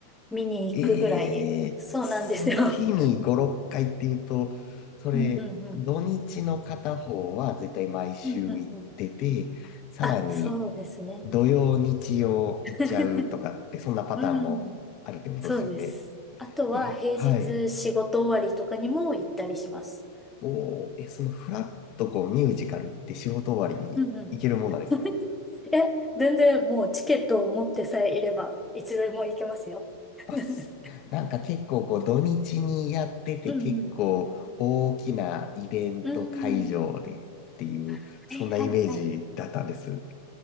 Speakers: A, in the centre; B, on the left.
A: 見に行くぐらい、
B: えー、
A: そうなんですよ。
B: 月に5、6回っていうと、
A: <laughs>
B: それ、
A: うん、うん、うん、
B: 土日の片方は絶対毎週行ってて、
A: うん、うん、うん。
B: さらに
A: あ、そうですね。
B: 土曜、日曜行っちゃうとかって、
A: <laughs>
B: そんなパターンもあるってことですよね。
A: うんそうです。あとは平日仕事終わりとかにも行ったりします。
B: え、はい。おー、え、そのフラッとこうミュージカルって仕事終わりに行けるもんなんですか
A: うんうん。<laughs> え、全然もうチケットを持ってさえいれば、いつでも行けますよ。<laughs>
B: あ、すなんか結構こう土日にやってて結構大きなイベント会場でっていう、
A: うんうんうん。はいはいはい。
B: そんなイメージだったんです。